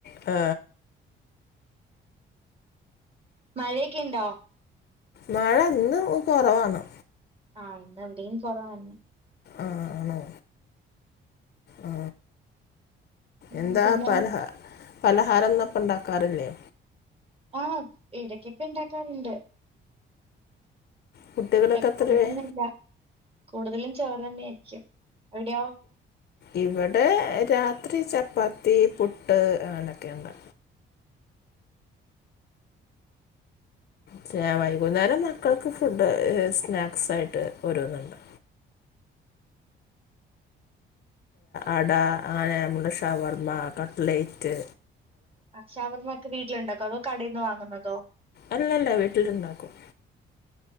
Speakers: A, on the left; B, on the right.
A: ആ
B: ഉംമഴയൊക്കെ ഉണ്ടോ
A: മഴ ഇന്ന് കുറവാണ്
B: ആഹ് ഇന്നാ ഇവിടെയും കൊറവാണ്
A: ആ ആണോ ആ
B: ഉം
A: എന്താ
B: പിന്നെ
A: പലഹ പലഹാരംന്ന ഇപ്പം ഉണ്ടാക്കാറില്ലേ
B: ആഹ് ഇടക്കൊക്കെ ഉണ്ടാക്കാറുണ്ട്
A: കുട്ടികളൊക്കെ
B: എപ്പോഴും
A: എത്രവേ
B: ഒന്നില്ല കൂടുതലും ചോറ് തന്നെയ ആയിരിക്കും അവിടെയോ
A: ഇവിടെ രാത്രി ചപ്പാത്തി പുട്ട് അങ്ങനൊക്കെയുണ്ട് ചെ വൈകുന്നേരം മക്കൾക്ക് ഫുഡ് സ്നാക്സായിട്ട് ഒരുന്നുണ്ട് അട ആ ഞമ്മടെ ഷവർമ്മ കട്ട്ലൈറ്റ്
B: ക്ഷ ഷവർമ്മൊക്കെ വീട്ടിലുണ്ടാക്കോ അതോ കടയി നിന്ന് വാങ്ങുന്നതോ
A: അല്ലല്ല വീട്ടിലിണ്ടാക്കും